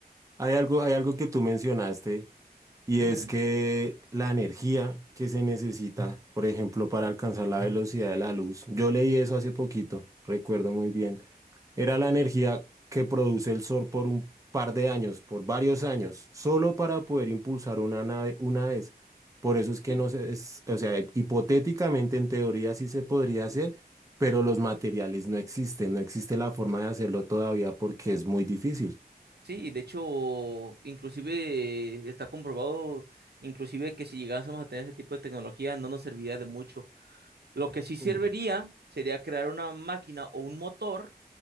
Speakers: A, on the right (about 20°); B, on the right (about 80°).
A: Hay algo, hay algo que tú mencionaste Y
B: Ujú.
A: es que la energía que se necesita, por ejemplo, para alcanzar la velocidad de la luz, yo leí eso hace poquito, recuerdo muy bien, era la energía que produce el Sol por un par de años, por varios años, solo para poder impulsar una nave una vez. Por eso es que
B: Sí,
A: no se, es, o sea, hipotéticamente en teoría sí se podría hacer, pero los materiales no existen, no existe la forma de hacerlo todavía porque es muy difícil
B: Sí, y de hecho, inclusive eh, está comprobado, inclusive que si llegásemos a tener ese tipo de tecnología no nos serviría de mucho. Lo que sí serviría
A: Mm.
B: sería crear una máquina o un motor